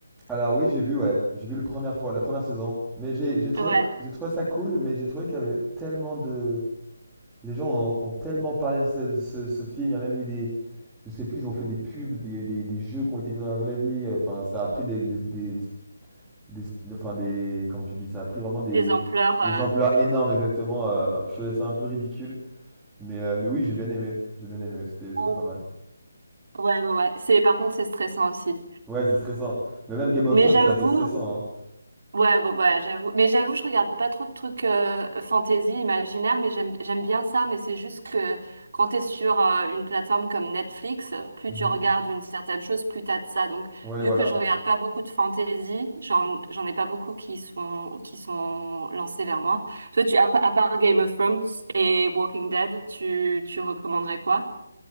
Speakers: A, in the centre; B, on the right.
A: Alors oui, j'ai vu, ouais, j'ai vu la première fois, la première saison, mais j'ai j'ai trouvé
B: Ouais.
A: que- j'ai trouvé ça cool, mais j'ai trouvé qu'il y avait tellement de, les gens ont, ont tellement parlé de ce, ce- ce film, il y a même eu des, je sais plus, ils ont fait des pubs, il y a eu des, des jeux qui ont été faits dans la vraie vie, enfin ça a pris des, des, des, des- des- enfin des, comment tu dis, ça a pris vraiment des,
B: Les ampleurs. euh,
A: des ampleurs énormes exactement. euh, je trouvais ça un peu ridicule, mais euh, mais oui, j'ai bien aimé, j'ai bien aimé, c'était c'était
B: Oh.
A: pas mal.
B: Ouais ouais ouais. C'est par contre c'est stressant aussi.
A: Ouais, c'est stressant. Mais même Game of
B: Mais
A: Thrones,
B: j'avoue,
A: c'est assez stressant,
B: ouais, ouais, ouais, j'avoue. Mais j'avoue, je regarde pas trop de trucs euh, fantasy, imaginaire, mais j'aime j'aime bien ça. Mais c'est juste que quand t'es sur euh, une plateforme comme Netflix, plus
A: hein.
B: tu
A: Mhm.
B: regardes une certaine chose, plus t'as de ça. Donc,
A: Ouais,
B: vu
A: voilà.
B: que je regarde pas beaucoup de fantasy, j'en j'en ai pas beaucoup qui sont qui sont lancés vers moi. Toi, tu à, pa- à part Game of Thrones et Walking Dead, tu tu recommanderais quoi?